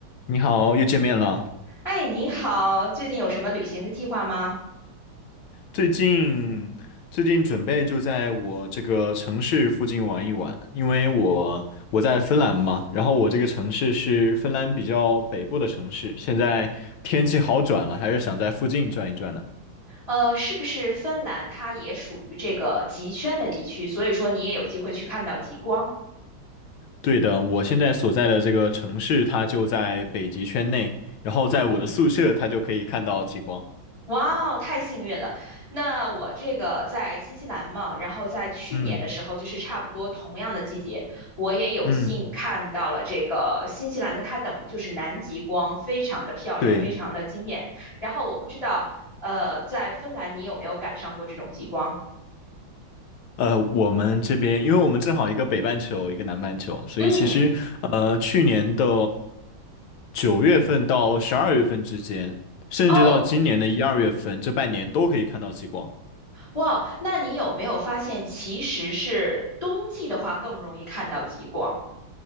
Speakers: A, on the left; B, on the left.
A: 你好，又见面了。
B: 哎，你好，最近有什么旅行的计划吗？
A: 最近最近准备就在我这个城市附近玩一玩，因为我我在芬兰嘛，然后我这个城市是芬兰比较北部的城市，现在天气好转了，还是想在附近转一转呢。
B: 呃，是不是芬兰它也属于这个极圈的地区，所以说你也有机会去看到极光？
A: 对的，我现在所在的这个城市它就在北极圈内，然后在我的宿舍它就可以看到极光。
B: 嗯，哇哦，太幸运了。那我这个在新西兰嘛，然后在去年的时候，
A: 嗯
B: 就是差不多同样的季节，我也有幸看到了这个新西兰的，
A: 嗯，
B: 它等于就是南极光，非常的漂亮，
A: 对。
B: 非常的惊艳。然后我不知道，呃，在芬兰你有没有赶上过这种极光？
A: 呃，我们这边，因为我们正好一个北半球，一个南半球，所以其实呃，
B: 嗯。
A: 去年的九月份到十二月份之间，甚至到今年的一二月份，
B: 哦，
A: 这半年都可以看到极光。
B: 哇，那你有没有发现，其实是冬季的话更容易看到极光？